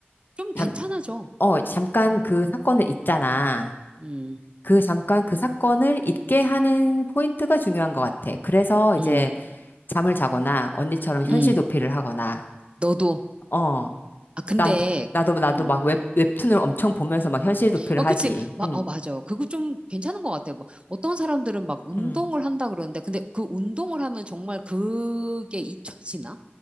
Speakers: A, on the right; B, on the left.
A: 좀 괜찮아져.
B: 잠, 어, 잠깐 그 사건을 있잖아.
A: 음,
B: 그 잠깐 그 사건을 잊게 하는 포인트가 중요한 것 같아. 그래서
A: 음,
B: 이제 잠을 자거나 언니처럼 현실
A: 음.
B: 도피를 하거나,
A: 너도.
B: 어,
A: 아, 근데,
B: 난, 나도, 나도
A: 음.
B: 막 웹, 웹툰을 엄청 보면서 막 현실 도피를
A: 어, 그치.
B: 하지.
A: 마,
B: 응,
A: 어, 맞아. 그거 좀 괜찮은 것 같아요. 막 어떤 사람들은 막 운동을
B: 응.
A: 한다 그러는데, 근데 그 운동을 하면 정말 그게 잊혀지나?